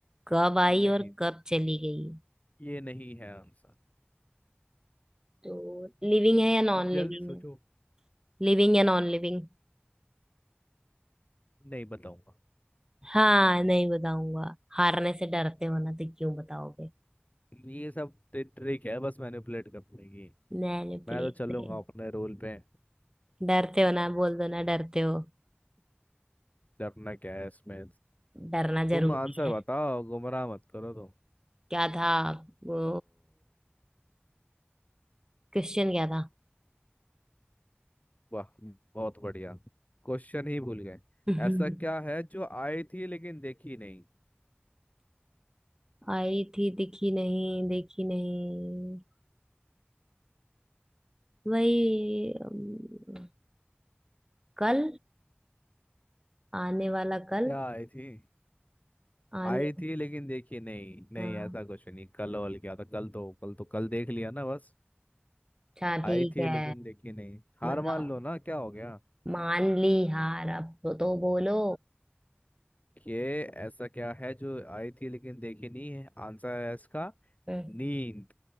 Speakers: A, on the right; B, on the left.
A: कब आई
B: नहीं
A: और कब चली गई
B: ये नहीं है आंसर
A: तो लिविंग है या नॉन लिविंग
B: जल्दी सोचो
A: है लिविंग या नॉन लिविंग
B: नहीं बताऊंगा
A: हाँ नहीं बताऊंगा हारने से डरते हो ना तो क्यों बताओगे
B: ये सब ट्रिक है बस मैनिपुलेट करने की
A: मैनिपुलेट
B: मैं तो चलूंगा
A: नहीं
B: अपने रूल पे
A: डरते हो ना बोल दो ना डरते हो
B: डरना क्या है इसमें
A: डरना
B: तुम
A: जरूरी
B: आंसर
A: है
B: बताओ गुमराह मत करो तो
A: क्या था वो क्वेश्चन क्या था
B: वाह बहुत बढ़िया क्वेश्चन ही भूल गए
A: <laughs>
B: ऐसा क्या है जो आई थी लेकिन देखी नहीं
A: आई थी दिखी नहीं देखी नहीं वही अम, कल आने वाला कल
B: क्या आई थी
A: आने
B: आई थी लेकिन देखी नहीं
A: हाँ
B: नहीं ऐसा कुछ नहीं कल और क्या था कल तो कल तो कल देख लिया ना बस
A: अच्छा ठीक
B: आई थी
A: है
B: लेकिन देखी नहीं हार
A: बताओ
B: मान लो ना क्या हो गया
A: मान ली हार अब तो, तो बोलो
B: ये ऐसा क्या है जो आई थी लेकिन देखी नहीं है आंसर है इसका
A: हम्म,
B: नींद